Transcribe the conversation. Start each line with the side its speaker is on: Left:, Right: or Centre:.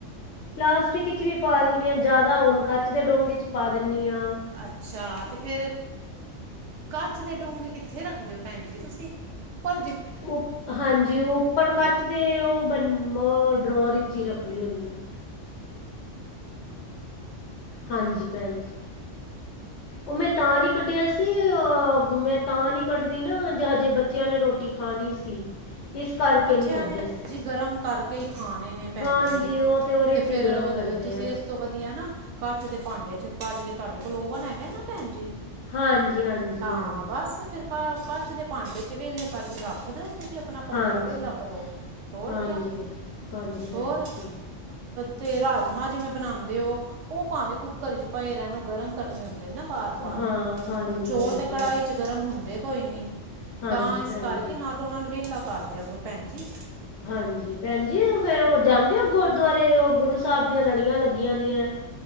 Left: ਪਲਾਸਟਿਕ ਵਿਚ ਵੀ ਪਾ ਦਨੀ ਆ ਜਿਆਦਾ ਹੋਣ ਕੱਚ ਦੇ ਡੋ ਚ ਪਾ ਦਣੀ ਆ
Right: ਅੱਛਾ ਤੇ ਫਿਰ ਕੱਚ ਦੇ ਡੂੰਘਤੇ ਕਿੱਥੇ ਰੱਖਦੇ ਹੋ ਭੈਣ ਜੀ ਤੁਸੀਂ ਪਰ
Left: ਉ ਹਾਂਜੀ ਉਪਰ
Right: ਜਿਵੇਂ
Left: ਕੱਚ ਦੇ ਉਹ ਬ ਡਰੋ ਹੀ ਰੱਖਣੀ ਹੁੰਦੀ ਆ ਹਾਂਜੀ ਭੈਣਜੀ ਉਹ ਮੈਂ ਤਾਂ ਨੀ ਕੱਢਿਆ ਸੀ ਅ ਮੈਂ ਤਾਂ ਨੀ ਕੱਢਦੀ ਨਾ ਜੇ ਹਜੇ ਬੱਚਿਆਂ ਨੇ ਰੋਟੀ ਖਾਣੀ ਸੀ ਇਸ ਕਰਕੇ
Right: ਬੱਚਿਆਂ
Left: ਨਹੀਂ ਕੱਢੇ
Right: ਨੇੈ
Left: ਸੀ
Right: ਜੀ ਗਰਮ ਕਰਕੇ ਹੀ ਖਾਣੇ ਨੇ ਭੈਣ
Left: ਹਾਂਜੀ
Right: ਜੀ
Left: ਉਹ ਤਾਂ ਉਹਦੇ
Right: ਤੇ
Left: 'ਚ
Right: ਫੇਰ
Left: ਹੀ ਗਰਮ ਕਰਦੇ
Right: ਤੁਸੀਂ
Left: ਆ
Right: ਇਸ ਤੋਂ ਵਧੀਆ ਨਾ ਕੱਚ ਦੇ ਭਾਂਡੇ ਚ ਕੱਚ ਦੇ ਤੁਹਾਡੇ ਕੋਲ ਓਵਨ ਹੈਗਾ ਨਾ ਭੈਣ ਜੀ
Left: ਹਾਂਜੀ ਹਾਂਜੀ
Right: ਹਾਂ
Left: ਹੈਗਾ
Right: ਬਸ ਫਿਰ ਕੱਚ ਦੇ ਭਾਂਡੇ ਚ ਵੇਲੇ ਕਰਕੇ ਰੱਖ ਦਿਓ ਤੁਸੀਂ ਆਪਣਾ ਭਾਂਡ
Left: ਹਾਂਜੀ
Right: ਭਾਂਡਾ ਵਿਹਲਾ ਕਰੋ ਹੋਰ
Left: ਹਾਂਜੀ
Right: ਕਿਆ
Left: ਭ ਹਾਂਜੀ ਭੈਣ
Right: ਹੋਰ
Left: ਜੀ ਠੀਕ
Right: ਤੇ ਰਾਜਮਾਂ ਜਿਵੇਂ ਬਣਾਉਂਦੇ ਹੋ ਉਹ ਭਾਵੇਂ ਕੁੱਕਰ ਚ ਭਏ ਰਹਿਣ ਗਰਮ ਕਰਨੇ ਹੁੰਦੇ ਨਾ ਬਾਰ ਬਾਰ
Left: ਹਾਂ ਹਾਂਜੀ
Right: ਹੁਣ ਚੋਲ
Left: ਹਾਂਜੀ
Right: ਤੇ
Left: ਭੈਣ
Right: ਕੜਾਹੀ ਚ ਗਰਮ ਹੁੰਦੇ ਕੋਈ ਨਹੀਂ
Left: ਹਾਂਜੀ
Right: ਤਾਂ ਇਸ
Left: ਭੈਣ
Right: ਕਰਕੇ
Left: ਜੀ
Right: ਨਾਲੋਂ ਨਾਲ ਵਿਹਲਾ ਕਰਦੇ ਆ ਕਰੋ ਭੈਣ ਜੀ
Left: ਹਾਂਜੀ ਭੈਣ ਜੀ ਫਿਰ ਉਹ ਜਾਂਦੇ ਗੁਰਦੁਆਰੇ ਗੁਰੂ ਸਾਹਿਬ ਦੀਆਂ ਲੜੀਆਂ ਲੱਗੀਆਂ ਦੀਆਂ